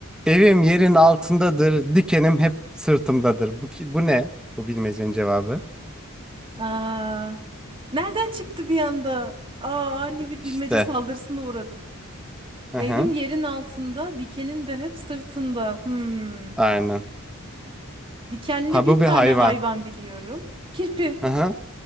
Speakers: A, in the centre; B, on the right.
A: Evim yerin altındadır, dikenim hep sırtımdadır. Bu ki, bu ne? Bu bilmecenin cevabı.
B: Aa, nereden çıktı bir anda? Aa, ani bir
A: İşte.
B: bilmece saldırısına uğradım.
A: Hı
B: Evin
A: hı.
B: yerin altında, dikenin de hep sırtında. Hmm.
A: Aynen.
B: Dikenli
A: Ha
B: bir
A: bu bir
B: tane
A: hayvan.
B: hayvan biliyorum. Kirpi.
A: Hı hı.